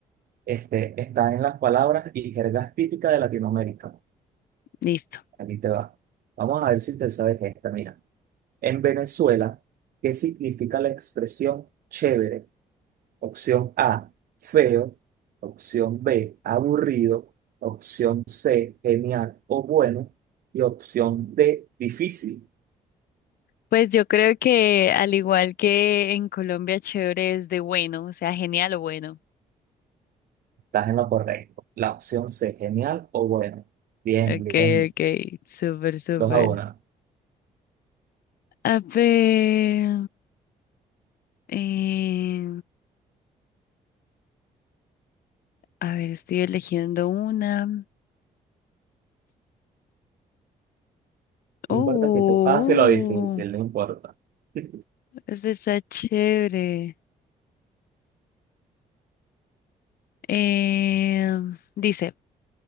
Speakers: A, on the right (about 70°); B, on the left (about 75°).
A: Este, está en las palabras y jergas típicas de Latinoamérica.
B: Listo.
A: Aquí te va. Vamos a ver si te sabes esta. Mira, en Venezuela, ¿qué significa la expresión chévere? Opción A, feo. Opción B, aburrido. Opción C, genial o bueno. Y opción D, difícil.
B: Pues yo creo que al igual que en Colombia, chévere es de bueno, o sea, genial o bueno.
A: Estás en lo correcto. La opción C, genial o bueno. Bien,
B: Okay,
A: bien.
B: okay, súper, súper.
A: Dos a una.
B: A ver, eh, a ver, estoy eligiendo una.
A: No
B: Oh,
A: importa que esté fácil o difícil, no importa. <laughs>
B: esta está chévere. Eh, dice,